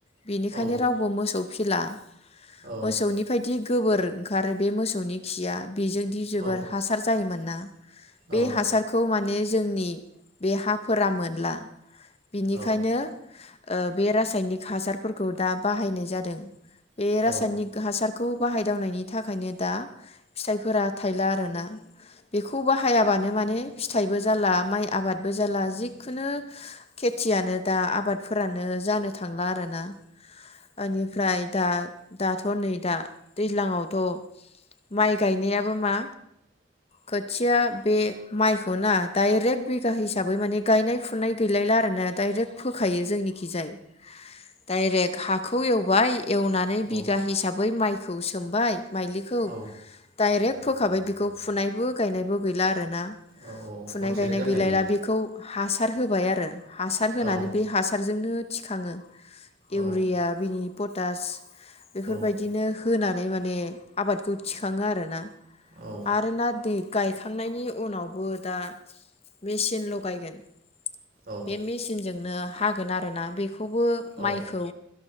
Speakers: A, on the left; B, on the right.
A: बेनिखायनो
B: औ
A: रावबो मोसौ फिला
B: औ
A: मोसौनि फायदि गोबोर ओंखारो बे मोसौनि खिया बेजोंदि जोबोर
B: औ
A: हासार जायोमोन ना बे
B: औ
A: हासारखौ माने जोंनि बे हाफोरा मोनला बिनिखायनो
B: औ
A: ओ बे रासायनिक हासारफोरखौ दा बाहायनाय जादों। बे
B: औ
A: रासायनिक हासार खौ बाहायदावनायनि थाखायनो दा फिथाइफोरा थायला आरो ना। बेखौ बाहायाबानो माने फिथाइबो जाला माइ आबादबो जाला जिखुनु खेथियानो दा आबादफोरानो जानो थांला आरो ना। ओनिफ्राय दा दाथ' नै दा दैज्लांआवथ' माइ गायनायाबो मा खोथिया बे माइखौ ना दायरेक्ट बिगा हिसाबै माने गायनाय फुनाय गैलायला आरो ना दायरेक्ट फोखायो जोंनिखिजाय डाइरेक्ट हाखौ एवबाय एवनानै
B: औ
A: बिगा हिसाबै माइख खौ सोमबाय माइलिखौ
B: औ
A: डाइरेक्ट फोखाबाय बिखौ फुनायबो गायनायबो गैला आरो ना
B: औ
A: फुनाय
B: खनसेनो
A: गायनाय
B: जाखायो
A: गैलायला बेखौ हासार होबाय आरो हासार होनानै
B: औ
A: बे हासारजोंनो थिखाङो इउरिया
B: औ
A: बिनि पटास बेफोरबायदिनो
B: औ
A: होनानै माने आबादखौ थिखाङो आरो ना
B: औ
A: आरो नाटि गायखांनायनि उनावबो दा मेचिन लगायगोन
B: औ
A: बे मेचिनजों नो हागोन आरो ना बे खौबो
B: औ
A: माइखौ